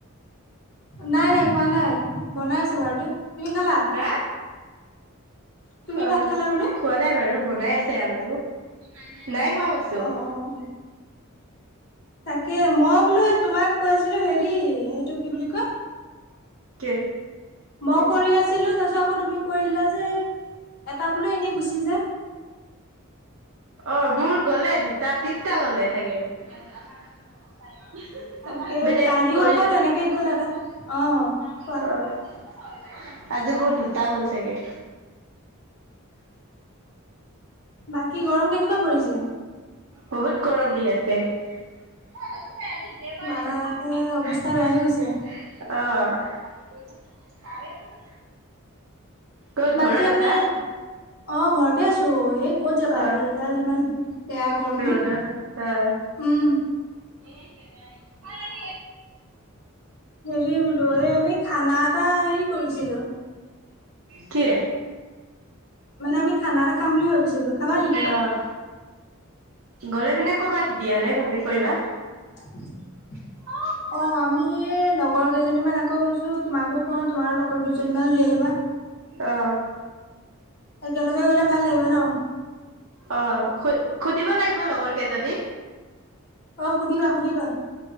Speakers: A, on the left; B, on the right.
A: নাই নাই। খোৱা নাই বনাই আছে বাৰু দে। তুমি খালা?
B: হা।
A: তুমি
B: অ',
A: ভাত খালা বোলো?
B: খোৱা নাই বাৰু বনাই আছে আমাৰো। নাই খোৱা কৈছোঁ।
A: অ' অ' তাকে মই বোলো তোমাক কৈ আছিলোঁ, হেৰি এইটো কি বুলি কয়
B: কে
A: মই কৰি আছিলোঁ, তাৰ পিছত আকৌ তুমি কৰিলা যে এটা বোলো এনেই গুচি যায়।
B: অ', মোৰ গলে দুটা-তিনটা গ'লে চাগে। <unintelligible> <unintelligible>
A: তাকে কালিও আকৌ তেনেকে গ'ল এটা। অ' কোৱা
B: আজি মোৰ দুটা গ'ল চাগে।
A: বাকী গৰম কেনেকুৱা পৰিছে?
B: বহুত গৰম দি আছে। <unintelligible>
A: বাকে অৱস্থা বেয়া হৈ গৈছে
B: অ'। <unintelligible> ক'ত
A: বাকী
B: ঘৰত
A: আমি
B: আছা
A: অ', ঘৰতে আছোঁ। তো, এই ক'ত যাবা
B: অ
A: এইডাল ইমান বেয়া
B: <unintelligible>
A: গৰমত উম
B: <unintelligible>
A: হেৰি বোলো এই আমি খানা এটা হেৰি কৰিছিলোঁ।
B: কি?
A: মানে আমি খানা এটা খাম বুলি ভাবিছিলোঁ, খাবা নেকি?
B: অহ গ'লে পিনে কবা তেতিয়াহ'লে কনটেক কৰিবা।
A: <inaudible>
B: <unintelligible>
A: অ', আমি লগৰ কেইজনীমান আকৌ ভাবিছোঁ, তোমাকো কওঁ তোমাৰো লগৰ দুজনী মান লৈ ল'বা।
B: অ'।
A: একেলগে গলে ভাল লাগিব ন
B: অ', সুধিব লাগিব লগৰ কে যদি
A: অ', সুধিবা সুধিবা।